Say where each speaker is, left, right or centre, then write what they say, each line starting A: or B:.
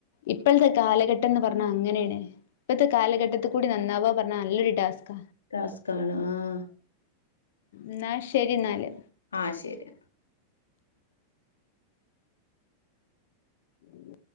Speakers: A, on the left; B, on the left.
A: ഇപ്പോളെത്തെ കാലഘട്ടം എന്ന് പറഞ്ഞാ അങ്ങനെയാണ് ഇപ്പഴത്തെ കാലഘട്ടത്തി കൂടി നന്നാവാന്ന് പറഞ്ഞാ നല്ലൊരു ടാസ്ക
B: ടാസ്കാണ് ആഹ്
A: എന്നാൽ ശരി എന്നാല്
B: ആഹ് ശരി
A: ഉം